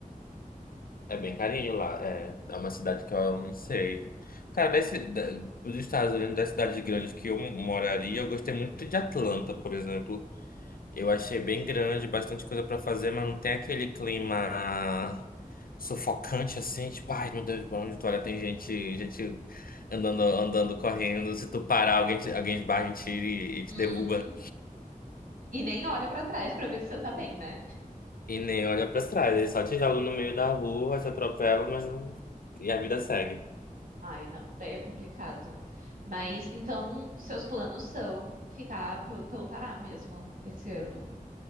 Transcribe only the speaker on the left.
é bem carinho lá, é. É uma cidade que eu não sei. Cara, desse, da, dos Estados Unidos, das cidades grandes que eu moraria, eu gostei muito de Atlanta, por exemplo. Eu achei bem grande, bastante coisa pra fazer, mas não tem aquele clima sufocante assim, tipo, ai meu Deus, pra onde tu olha tem gente, gente andando, andando, correndo. Se tu parar, alguém te, alguém esbarra em ti e, e te
derruba.
E nem olha pra trás, eles só te jogam no meio da rua, te atropelam, mas não... E a vida segue.